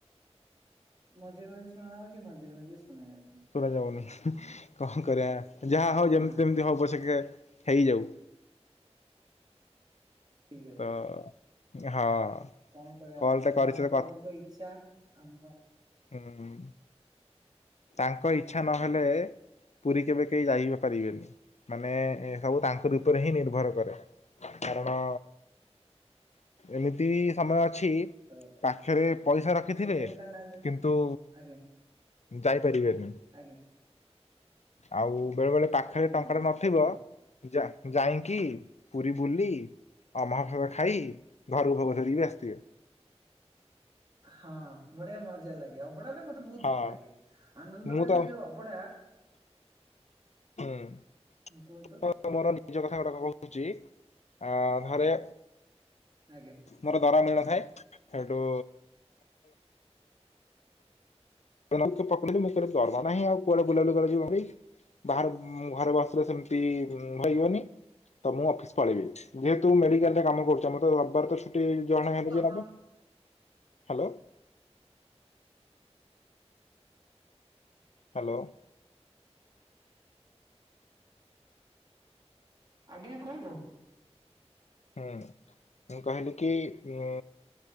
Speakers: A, on the right; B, on the left.
A: ମଝିରେ ମଝିରେ ଶୁଣା ଯାଉଚି ମଝିରେ ମଝିରେ ଶୁଣା ଯାଉନି।
B: ଶୁଭା ଯାଉନି କଣ କରିବା ଯାହା ହଉ ଯେମିତିଯେ
A: ନା
B: ମିତି ହଉ ପଛକେ ହେଇଯାଉ।
A: ହେଇ ଯାଉ।
B: ତ ହଁ।
A: କଣ କରିବା
B: କଲ ଟା କରିଛ
A: ମହାପ୍ରଭୁଙ୍କ ଇଚ୍ଛା ଆମ
B: ଉ ହୁଁ। ତାଙ୍କ ଇଚ୍ଛା ନହେଲେ
A: ଆଜ୍ଞା
B: ପୁରୀ କେବେ କେହି ଯାଇ ପାରିବେନି। ମାନେ ସବୁ ତାଙ୍କର ଉପରେ ହିଁ ନିର୍ଭର କରେ କାରଣ ଏମିତି ସମୟ ଅଛି।
A: ସତ କଥା
B: ପାଖରେ ପଇସା ରଖିଥିବେ
A: ସେଥିପାଇଁ ତାଙ୍କ ନାଁ ଦେଇଛି
B: କିନ୍ତୁ
A: ଆଜ୍ଞା
B: ଯାଇପାରିବେନି।
A: ଆଜ୍ଞା।
B: ଆଉ ବେଳେ ବେଳେ ପାଖରେ
A: ହୁଁ
B: ଟଙ୍କା ଟେ
A: ସେ
B: ନଥିବ।
A: ତ ହଉ
B: ଯା ଯାଇକି ପୁରୀ ବୁଲି। ହଁ ମହାପ୍ରସଦ ଖାଇ ଘରକୁ ଭୋଗ ଧରିକି ବି ଆସିଥିବେ।
A: ହଁ ବଢିଆ ମଜା ଲାଗେ ଅଭଡା ଟା ମତେ ବହୁତ
B: ହଁ
A: ଭଲ ଲାଗେ ଆନନ୍ଦ
B: ମୁଁ
A: ବାଜ
B: ତ
A: ଯୋଉ ଅବଡା।
B: ହୁଁ
A: କୁହନ୍ତୁ
B: ଅ ମୋର ନିଜ କଥା ଗୁଡାକ କହୁଛି ଆ ଥରେ
A: ଆଜ୍ଞା।
B: ମୋର ଦରମା ମିଳିନଥାଏ ସେଇଠୁ ପେଇି <unintelligible> ନାହିଁ ଆଉ କୁଆଡେ ବୁଲାବୁଲି କରିିବି ଭାଇ। ବାହାର ଘରେ ବସିଲେ ସେମତି ହେଇବନି। ତ ମୁଁ ଅଫିସ ପଳେଇବି ଯେହେତୁ ମେଡିକାଲରେ କାମ କରୁଛ ମୋତେ ରବିବାର ଛୁ ଛୁଟି ଜଣେ ହେଲେ ଯିଏ
A: ଆପଣ
B: ନେବେ ହାଲୋ। ହ୍ୟାଲୋ।
A: ଆଜ୍ଞା କୁହନ୍ତୁ?
B: ହୁଁ ମୁଁ କହିଲି କି ଉ